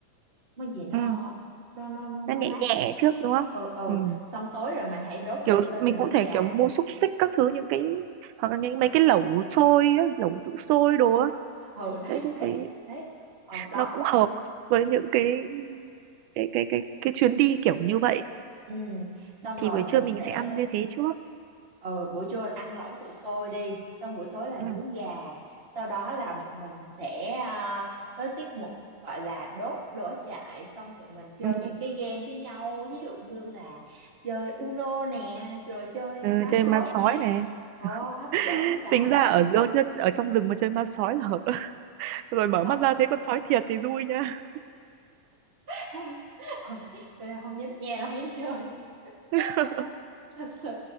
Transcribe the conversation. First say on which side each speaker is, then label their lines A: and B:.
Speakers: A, on the right; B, on the right.
A: món gì nó
B: ừ
A: nó nó nó nó
B: nó nhẹ
A: mát
B: nhẹ trước đúng không
A: ừ ừ
B: ừ
A: xong tối rồi mình hãy đốt lửa
B: kiểu
A: lên
B: mình
A: mà nướng
B: cũng thể
A: gà
B: kiểu mua xúc xích các thứ những cái hoặc là những mấy
A: ừ
B: cái lẩu xôi á, lẩu tự sôi đồ á
A: ừ <laughs> đấy
B: đấy thế
A: đấy
B: thấy
A: đấy ờ đó
B: nó cũng hợp với những cái cái cái cái cái chuyến đi kiểu như vậy
A: ừ xong
B: thì
A: rồi
B: buổi
A: mình
B: trưa mình
A: sẽ
B: sẽ ăn như thế trước
A: ừ buổi trưa là ăn lẩu tự sôi đi xong buổi tối là
B: ừ
A: nướng gà sau đó là bọn mình sẽ à, tới tiết mục gọi là đốt lửa trại xong tụi mình chơi
B: ừ,
A: những cái game với nhau ví dụ như là chơi Uno nè rồi chơi
B: ừ
A: à, má
B: chơi
A: sói
B: ma sói
A: nè
B: này
A: ờ hấp
B: <laughs>
A: dẫn và
B: tính ra ở giữa ở trong rừng mà chơi ma sói là hợp <laughs> đấy. rồi mở
A: thật
B: mắt ra thấy con sói thiệt thì vui nha
A: <laughs> Thôi, tôi không dám nghe không dám chơi
B: <laughs>
A: <laughs> thật sự